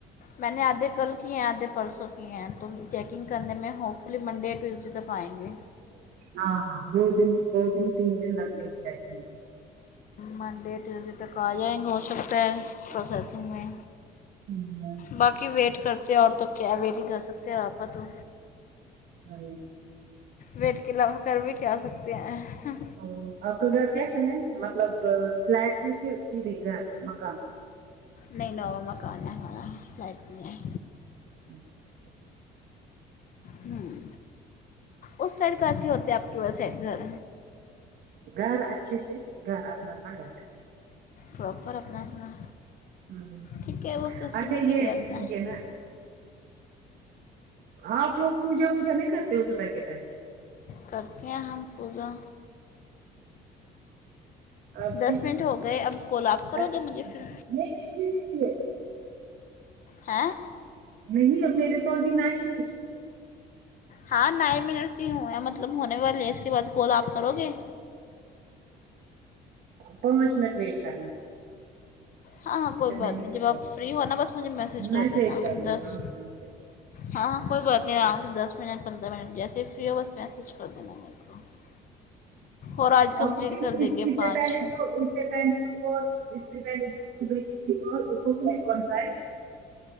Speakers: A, on the left; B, on the right.
A: میں نے آدھے کل کیے ہیں آدھے پرسوں کیے ہیں تو چیکنگ کرنے میں ہوپ فلی منڈے ٹوزڈے تک تو آئیں گے
B: ہاں ہاں دو دن دو دن تین دن لگتے ہی چیک ہونے
A: منڈے ٹیوزڈے تک آ جائیں گے ہو سکتا ہے پروسیسنگ میں
B: میں
A: باقی ویٹ کرتے ہیں اور تو کیا تو ویٹ ہی کر سکتے ہیں آپا تو
B: <unintelligible>
A: ویٹ کے علاوہ کر بھی کے آ سکتے ہیں
B: ا آپ کا گھر کیسا ہے مطلب فلیٹ ہے کہیدھے گھر مکان
A: ن نووا مکان ہے ہمارا لائٹ نہیں ہے
B: اچھا ٹھیک
A: ہمم اس سائڈ کاسی ہوتے آپ کے سڈ گھر
B: گھر اس چسے گھر اپنا اپنا گھر
A: پراپر اپنا اپنا
B: ہوں
A: ٹھیک ہے وہ سسٹم
B: اچھا
A: بھی ٹھیک
B: یہ
A: رہتا ہے
B: یہ نا آپ لوگ پوجا وجا نہیں کرتے ہو صبح کے ٹیم
A: کرتے ہیں ہم پوجا
B: اب
A: دس
B: کس
A: منٹ ہو گئے اب کال آپ کرو
B: اچھ
A: گے
B: نہیں
A: مجھے پھر
B: نہیں ابھی نہیں ہوئے
A: ہاں
B: نہیں اب میرے تو ابھی نائن منٹس
A: ہاں نئے منٹ سے ہی ہوئے مطلب ہونے والے ہے اس کے بعد کال آپ کرو گے
B: پانچ منٹ ویٹ کرنا
A: ہاں ہاں کوئی
B: پھر
A: بات
B: میں یہیں
A: نہیں جب
B: سے
A: آپ
B: کال
A: فری ہونا بس مجھے میسیج کر
B: میسج
A: دینا
B: کرنا
A: دس
B: ہاں میسج
A: ہاں ہاں کوئی بات نہیں آرام سے دس منٹ پندرہ منٹ جیسے فری ہو بس میسج کر دینا میرے کو اور آج کمپلیٹ
B: اب کسسے
A: کر دیں گے
B: اس
A: پانچ
B: سے پہلے جو اس سے پہلے جو کال اس سے پہلے جو صبح کی تھی کال اس کو کینے کون سا ہے